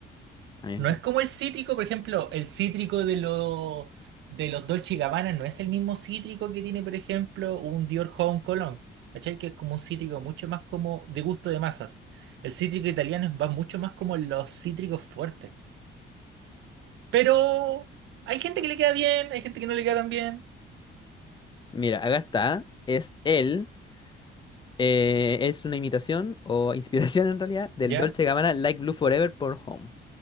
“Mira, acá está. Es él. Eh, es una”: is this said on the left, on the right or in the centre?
Left